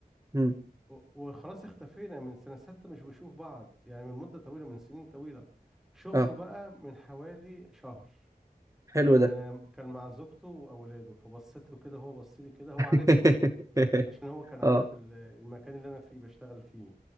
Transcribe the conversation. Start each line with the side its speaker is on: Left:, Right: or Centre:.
Right: م،
Centre: و- وخلاص اختفينا من سنة ستة مش بنشوف بعض يعني من مدة طويلة من سنين طويلة شفته
Right: اه
Centre: بقى من حوالي شهر
Right: حلو
Centre: كان
Right: ده
Centre: كان مع زوجته واولاده فبصيت له كده هو بص لي كده هو
Right: <laughs>
Centre: عارفني عشان هو كان عارف
Right: اه
Centre: ال- المكان اللي انا فيه بشتغل فيه